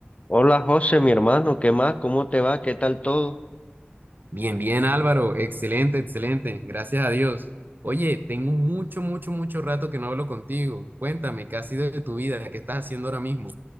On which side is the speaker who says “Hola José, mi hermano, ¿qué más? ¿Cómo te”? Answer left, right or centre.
Left